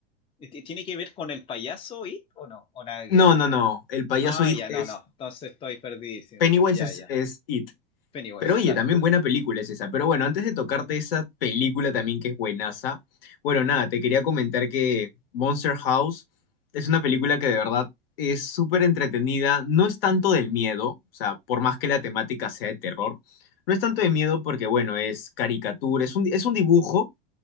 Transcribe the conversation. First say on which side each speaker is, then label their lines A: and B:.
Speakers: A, on the left; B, on the left.
A: ¿Ti- ¿Tiene que ver con el payaso It o no? ¿O nada
B: No,
A: que ver?
B: no, no. El payaso
A: Ah,
B: It
A: ya,
B: es...
A: no, no. Entonces estoy perdidísimo.
B: Pennywise
A: Ya,
B: es,
A: ya.
B: es It.
A: Pennywise,
B: Pero oye,
A: claro.
B: también buena película es esa. Pero bueno, antes de tocarte esa película también que es buenaza, bueno, nada, te quería comentar que Monster House es una película que de verdad es súper entretenida. No es tanto del miedo, o sea, por más que la temática sea de terror, no es tanto de miedo porque, bueno, es caricatura, es un, es un dibujo